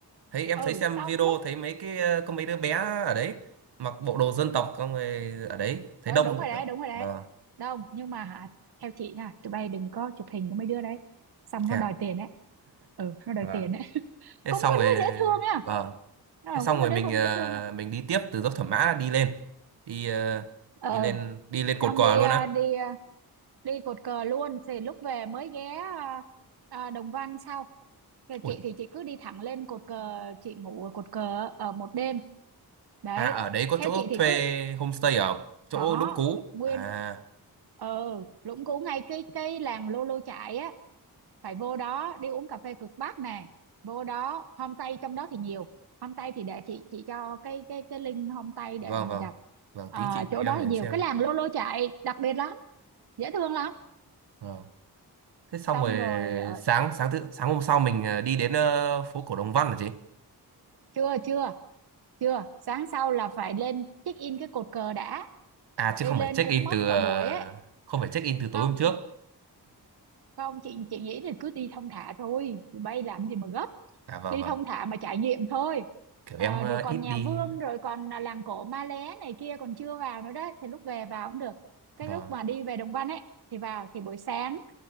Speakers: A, on the right; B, on the right.
A: Thấy em
B: ừ
A: thấy xem
B: xong
A: video
B: lúc
A: thấy mấy cái ờ, có mấy đứa bé ở đấy mặc bộ đồ dân tộc con người ở đấy thấy
B: đó
A: đông.
B: đúng rồi đấy đúng rồi đấy
A: Vâng.
B: Đúng nhưng mà hả theo chị nha tụi bay đừng có chụp hình cho mấy đứa đấy xong
A: Thế
B: nó
A: à?
B: đòi tiền đấy ừ nó đòi
A: Vâng.
B: tiền đấy <laughs>
A: Thế
B: cũng
A: xong
B: có
A: rồi
B: đứa dễ thương nha
A: vâng.
B: Ờ,
A: Thế xong
B: cũng
A: rồi
B: có đứa
A: mình
B: không
A: ờ,
B: dễ thương đâu
A: mình đi tiếp từ dốc Thẩm Mã đi lên. Đi ờ,
B: ờ
A: đi lên đi lên cột
B: xong
A: cờ
B: đi
A: luôn
B: à,
A: á.
B: đi à, đi cột cờ luôn thì lúc về mới ghé à, à, Đồng Văn sau Rồi chị
A: Ui,
B: thì chị cứ đi thẳng lên cột cờ chị ngủ ở cột cờ ở một đêm đấy
A: à ở đấy có
B: theo
A: chỗ
B: chị thì
A: thuê
B: cứ
A: homestay ở chỗ
B: có
A: Lũng Cú.
B: nguyên
A: À
B: ờ Lũng Cú ngay cái cái làng Lô Lô Chại á phải vô đó đi uống cà phê cực Bắc nè vô đó homestay trong đó thì nhiều homestay thì để chị chị cho cái cái cái link homestay
A: vâng
B: để mày
A: vâng
B: đặt
A: vâng
B: à,
A: tí chị gửi
B: chỗ
A: em
B: đó
A: để
B: thì
A: em
B: nhiều
A: xem
B: cái làng Lô Lô Chại đặc biệt lắm dễ thương lắm
A: vâng thế xong
B: xong
A: rồi
B: rồi ờ,
A: sáng sáng thứ sáng hôm sau mình ờ, đi đến ờ, phố cổ Đồng Văn hả chị
B: chưa chưa chưa sáng sau là phải lên check in cái cột cờ đã
A: à chứ
B: đi
A: không
B: lên
A: phải check
B: cũng
A: in
B: mất
A: từ
B: cả
A: ờ,
B: buổi ấy
A: không phải check in từ tối
B: không
A: hôm trước
B: không chị chị nghĩ là cứ đi thong thả thôi bay làm gì mà gấp
A: à vâng
B: đi
A: vâng
B: thong thả mà trải nghiệm thôi
A: kiểu em
B: Ờ,
A: ờ,
B: rồi còn
A: ít đi
B: nhà Vương rồi còn là làng cổ Ma Lé này kia còn chưa vào nữa đấy thì lúc về vào cũng được cái
A: vâng
B: lúc mà đi về Đồng Văn ấy thì vào thì buổi sáng